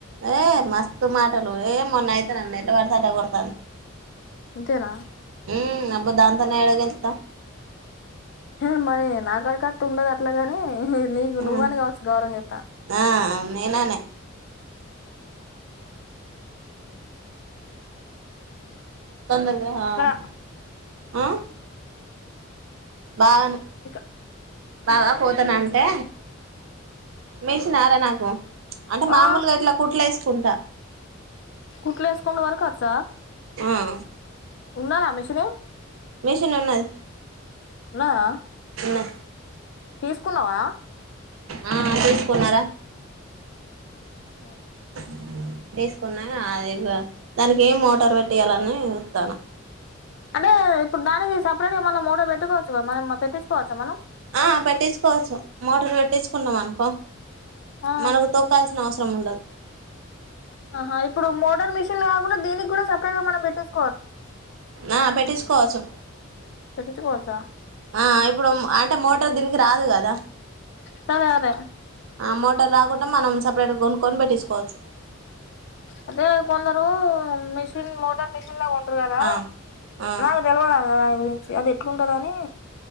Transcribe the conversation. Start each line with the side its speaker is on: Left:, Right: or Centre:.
Right: ఏ మస్తు మాటలు ఏ మొన్నైతే నన్నెత్తి కొడతా అంటది.
Left: అంతేనా.
Right: ఉమ్ అబ్బ దాంతోని ఏడ గెల్తం.
Left: హే మరి నా కాడకత్త ఉండదు అట్లాగాని. హు హ్మ్ నీకు
Right: ఉమ్
Left: నువ్వని కావచ్ గౌరం జెత్త.
Right: ఆ నేననే. తొందరగా ఆ
Left: ఇక్కడ
Right: ఉమ్. బావన్.
Left: ఇక.
Right: బావ పోతనంటే మీషినార నాకు అంటే మామూలుగా
Left: ఆ
Right: ఇట్లా కుట్లేస్. కుండా.
Left: కుట్లేసుకుండ్రు వరకు వచ్చా.
Right: ఉమ్.
Left: ఉన్నారా మిషనే.
Right: మిషన్ ఉన్నాది.
Left: ఉన్నదా.
Right: ఉన్నే.
Left: తీసుకున్నావా.
Right: ఆ చూసుకున్నారా.
Left: అవునా.
Right: అ తీసుకున్నా అదిగో దానిక్. గేమ్ మోటర్ పెట్టియాలని జుత్తన.
Left: అంటే ఇప్పుడు దానికి సపరేట్ గా మల్ల మోటార్ పెట్టుకోవచ్చుగా మనం పెట్టించుకోవచ్చా మనం.
Right: ఆ పెట్టించుకోవచ్చు మోటార్ పెట్టించుకున్నాం అనుకో.
Left: ఆ
Right: మనకు తొక్కల్సిన అవస్. త్రముండద్.
Left: ఆహా ఇప్పుడు మోటర్ మిషన్ కాకుండా దీనిగూడ సపరేట్ గా మనం పెటిస్.
Right: ఆ పెట్టించుకోవచ్చు
Left: పెట్టించుకోవచ్చా
Right: ఆ. ఇప్పుడుమ్ అంటే మోటార్ దీనికి రాదు గదా.
Left: తదే అదే.
Right: ఆ మోటార్ రాకుండా మనం సపరేట్గా కొనుక్కొనిపెట్టించుకొచు.
Left: అదే కొందరు మిషిన్ మోటార్ మీషిన్ లా కో. రరా
Right: ఆ ఆ
Left: నాకు తెలవదా ఇ. అది ఎట్లుంటద అని